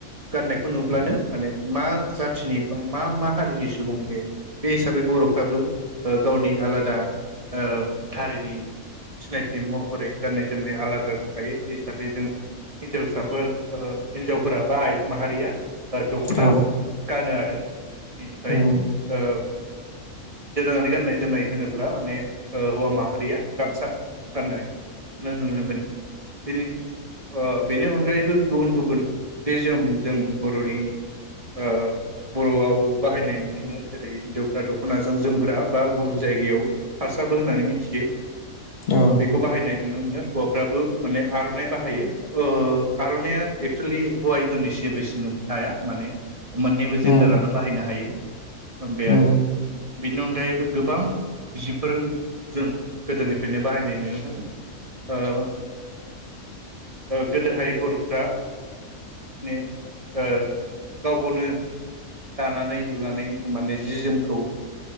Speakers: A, on the right; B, on the left.
A: गाननायखौ नुब्लानो माने मा जाथ थिनि बा मा मा हारिनि सुबुं बे बे हिसाबै बर'फ्राबो ओ गावनि आलादा ओ हारिनि सिनायथि महरै गाननाय जोमनाय आलादा दंखायो बे हिसाबै जोङो हिनजावसाफोर ओ हिनजावफोरा बा आइजो माहारिया ओ दख'ना
B: औ
A: गानो आरो बेनिफ्राय
B: उम
A: ओ दोनानै गाननाय जोमनाय होनोब्ला माने ओ हौवा माहारिया गामसा गाननाय खोनो नुनो मोनो बेनि ओ बेनि अनगायैबो गुबुन गुबुन जि जोम जों बर'नि ओ बर'आव बाहायनाय नुनो मोनो जेरै हिनजावफ्रा दख'नाजों जोमग्रा बा गुबुन जायगायाव फार स्राबो होननानै मिनथियो।
B: औ
A: बेखौ बाहायनाय नुनो मोनो हौवाफ्राबो माने आर'नाइ बाहायो ओ आर'नाइया एक्स'लि हौवा हिनजावनि सेबो सिमोन थाया। माने मोननैबो जेन्डारानो
B: उम
A: बाहायनो हायो ओ बे
B: उम
A: आरो। बेनि अनगायैबो गोबां जिब फोर जों गोदोनिफ्रायनो बाहायनाय नुनो मोनो ओ ओ गोदोहाय बर'फ्रा ने ओ गाव गावनो दानानै लुनानै माने जि जोमखौ